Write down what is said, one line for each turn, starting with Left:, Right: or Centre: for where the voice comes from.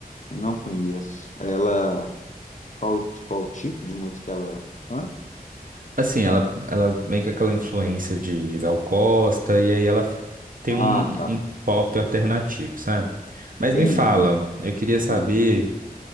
Left: não conheço. Ela, qual, qual tipo de música ela canta?
Right: Assim, ela, ela vem com aquela influência de, de Gal Costa, e aí ela tem
Left: Ah,
Right: um,
Left: tá.
Right: um pop alternativo, sabe? Mas
Left: Entendi.
Right: me fala, eu queria saber,
Left: Tá.